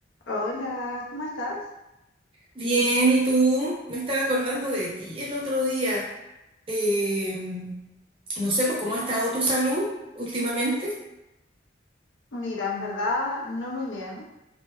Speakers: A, on the left; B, on the right.
A: Hola, ¿cómo estás?
B: Bien, ¿y tú? Me estaba acordando de ti el otro día. Eh, no sé, pues, ¿cómo ha estado tu salud últimamente?
A: Mira, en verdad no muy bien.